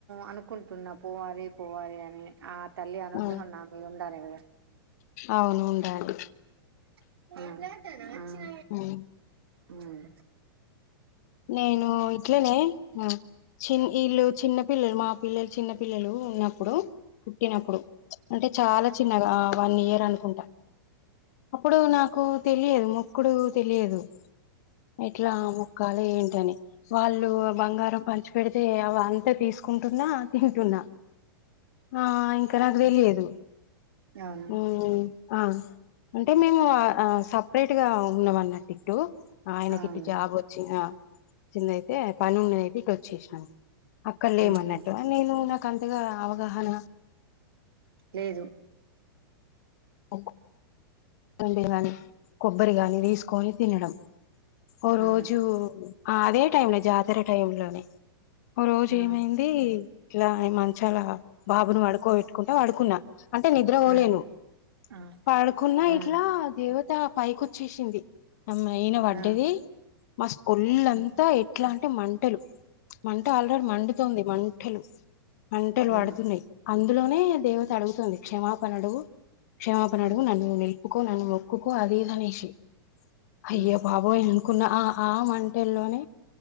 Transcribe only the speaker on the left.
ఆ
అవును ఉండాలి.
హ్మ్
నేను ఇట్లనే, చిన్ వీల్లు చిన్న పిల్లలు, మా పిల్లలు చిన్న పిల్లలు ఉన్నప్ ప్పుడు పుట్టినప్పుడు అంటే చాల చిన్నగా, ఆ వన్ ఇయర్. దన్కుంట. అప్పుడు నాక్ కో తెలియదు, మొక్కుడూ తెలియదు. ఎట్లా మొక్ క్కాలె ఏంటని? వాళ్ళు బంగారం పంచి పెడితే, అవంతా తీస్ కుంటున్నా తింటున్నా ఆ ఇంకా నాకు తెలియదు
మ్మ్ ఆ అంటే మేము అ సప్ పేట్ గా ఉన్నాం అన్నట్ ఇట్టు ఆయనకి
ఇట్టు జాబ్ చిన చిందయితే పను నేనయితే ఇటు వచ్చసినా చేసినాను అక్కడ లేమన్నట్టు
నేను నాకు అంతగా అవగాహన
<unintelligible> కొబ్బరి గాని తీసుకొని తినడం ఒక రోజు
ఆ అదే టైమ్ లో జాతర టైమ్లోనే ఓ రోజు
ఏమైంది ఇట్లా అయి మంచాలా బాబును పడుకోబెట్టుకుంటా పడుకున్నా అంటే నిద్ర పోలేను
పడుకున్నా
ఇట్లా అది దేవత ఆ పైకి వచ్చేసింది ఆమేయన పడ్డది
మస్త్ ఒళ్ళంత
ఎట్లా అంటే మంటలు మంట ఆల్రెడీ మండుతోంది మంటలు మంటలు
పడుతున్నాయి అందులోనే దేవత అడుగుతుంది క్షమాపణ అడుగు క్షమాపణ అడుగు
నన్నునే మొక్కు నువ్వు మొక్కుకో అదే మనిషి అయ్య
బాబోయ్ కున్న ఆ ఆ మంటల్లోనే